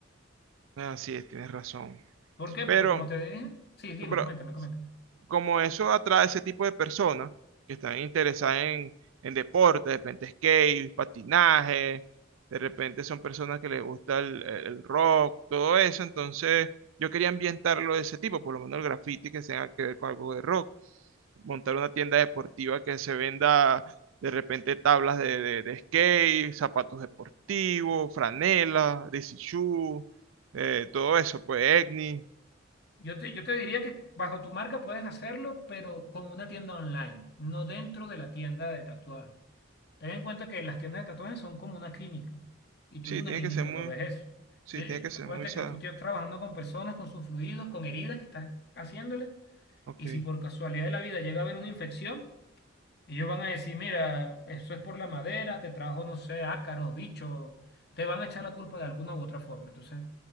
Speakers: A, on the right; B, on the left.
A: ah, sí, tienes razón.
B: ¿Por qué?
A: Pero,
B: Porque como te dije, sí, dime,
A: pero
B: coméntame, coméntame.
A: como eso atrae ese tipo de personas que están interesadas en, en deporte, de repente skate, patinaje, de repente son personas que les gusta el, el- el rock, todo eso, entonces yo quería ambientarlo de ese tipo, por lo menos el graffiti que tenga que ver con algo de rock. montar una tienda deportiva que se venda de repente tablas de, de- de skate, zapatos deportivos, franelas, DC shoe, eh, todo eso, pues Egni.
B: Yo te, yo te diría que bajo tu marca puedes hacerlo, pero con una tienda online, no dentro de la tienda de tatuajes. Ten en cuenta que las tiendas de tatuajes son como una clínica y tú
A: Sí,
B: en una
A: tiene
B: clínica
A: que ser muy,
B: no ves eso.
A: sí,
B: Eh,
A: tiene que ser
B: Acuérdate
A: muy, sa-
B: que tú estás trabajando con personas, con sus fluidos, con heridas que estás haciéndole
A: ok.
B: y si por casualidad de la vida llega a haber una infección, Ellos van a decir, mira, eso es por la madera, te trajo, no sé, ácaros, bichos, te van a echar la culpa de alguna u otra forma. Entonces,